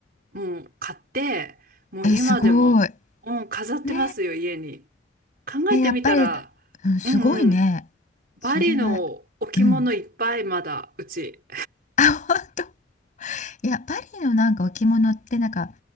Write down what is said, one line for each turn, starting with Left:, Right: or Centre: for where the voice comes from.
Right: もう買って、もう今でも、
Left: え、すごい。
Right: うん、飾ってますよ、
Left: ね
Right: 家に。考えてみたら、
Left: え。え、やっぱり、うん、すごいね。
Right: うんうん、バリの置物いっぱいまだ、
Left: それは、うん。
Right: うち。
Left: あ、本当。いや、パリのなんか置物ってなんか、